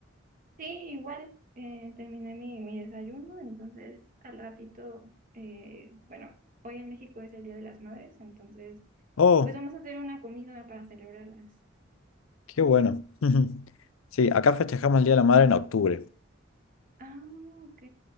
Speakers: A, on the right; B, on the left.
A: Sí, igual, eh, terminé mi, mi desayuno, entonces al ratito, eh, bueno, hoy en México es el Día de las Madres, entonces
B: Oh,
A: pues vamos a hacer una comida para celebrarlas.
B: qué bueno. <laughs> Sí, acá festejamos el Día de la Madre en octubre.
A: Ah, ok,